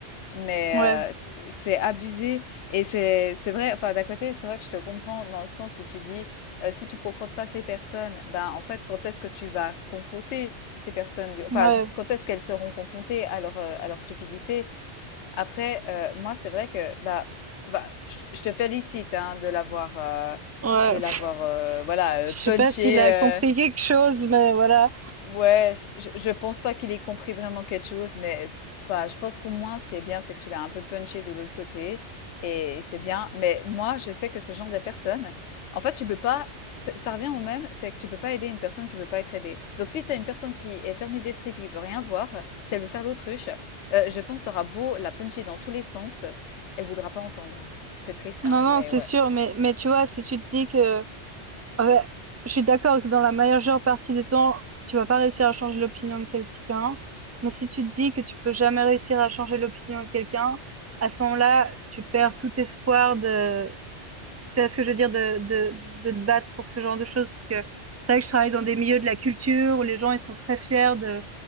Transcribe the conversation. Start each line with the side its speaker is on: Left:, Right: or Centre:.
Left: Mais
Right: Ouais,
Left: euh, c'est c'est abusé et c'est c'est vrai. Enfin, d'un côté, c'est vrai que je te comprends dans le sens où tu dis euh, si tu confrontes pas ces personnes, ben en fait, quand est-ce que tu vas confronter ces personnes, du- enfin,
Right: ouais,
Left: du- quand est-ce qu'elles seront confrontées à leur euh, à leur stupidité? Après, euh, moi, c'est vrai que bah, bah je, je te félicite hein, de l'avoir euh,
Right: ouais.
Left: de l'avoir euh, voilà euh,
Right: Je sais
Left: punché.
Right: pas s'il a
Left: euh,
Right: compris quelque chose, mais voilà.
Left: Ouais, je, je pense pas qu'il ait compris vraiment quelque chose, mais enfin, je pense qu'au moins, ce qui est bien, c'est que tu l'as un peu punché de l'autre côté, et c'est bien. Mais moi, je sais que ce genre de personne, en fait, tu peux pas, ça, ça revient au même, c'est que tu peux pas aider une personne qui veut pas être aidée. Donc, si t'as une personne qui est fermée d'esprit puis qui veut rien voir, si elle veut faire l'autruche, euh, je pense t'auras beau la puncher dans tous les sens, elle voudra pas entendre. C'est triste,
Right: Non,
Left: hein, mais
Right: non, c'est
Left: ouais.
Right: sûr. Mais, mais tu vois, si tu te dis que, ouais, je suis d'accord que dans la majeure partie des temps, tu vas pas réussir à changer l'opinion de quelqu'un. Mais si tu te dis que tu peux jamais réussir à changer l'opinion de quelqu'un, à ce moment-là, tu perds tout espoir de, Tu vois ce que je veux dire de, de, de te battre pour ce genre de choses? Parce que c'est vrai que je travaille dans des milieux de la culture où les gens, ils sont très fiers de,